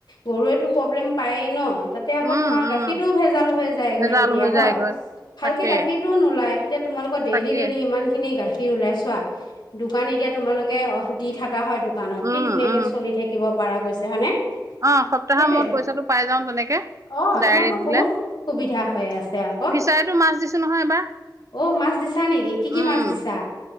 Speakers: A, on the left; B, on the right.
A: গৰুৱে প্ৰব্লেম পায়েই ন তাতে আকৌ
B: উম
A: তোমাৰ
B: উম
A: গাখীৰতটোও ভেজাল হৈ যায়গৈ
B: ভেজাল
A: তেতিয়া
B: হৈ
A: হয়
B: যায়গৈ
A: ভালকে
B: তাকে
A: গাখীৰ নোলায় এতি তোমালোকৰ ডেইল
B: তাকে
A: ডেইল ইমানখিনি গাখীৰ ঘিহ ওলাইছোৱা দোকান এতিয়া তোমালোকে অ দি থকা হয় দোকানত
B: উম
A: কি ধুনীয়াকে
B: উম
A: চলি থাকিব পাৰা গৈছে হয়নে
B: অ সপ্তাহৰ
A: সেইটোৱে
B: মূৰত পইচাটো পাই যাও তেনেকে
A: অ তোমালোকৰ
B: ডায়েৰীত দিলে
A: বহুত সুবিধা হৈ আছে আকৌ
B: অফিচাৰতো মাছ দিছো নহয় এইবাৰ
A: অ মাছ দিছা নেকি কি কি
B: উম
A: মাছ দিছা